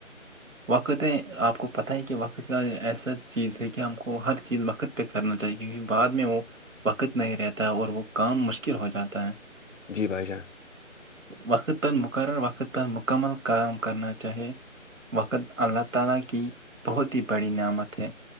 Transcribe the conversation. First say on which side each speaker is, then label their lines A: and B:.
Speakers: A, on the right; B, on the left.
A: وقت ہے آپ کو پتہ ہے کہ وقت کا ایسا چیز ہے کہ ہم کو ہر چیز وقت پہ کرنا چاہیے کیکہ بعد میں وہ وقت نہیں رہتا ہے اور وہ کام مشکل ہو جاتا ہے
B: جی بھائی جان
A: وقت پر مقرر وقت پر مکمل کام کرنا چاہے وقت اللہ تعالی کی بہت ہی بڑی نعمت ہے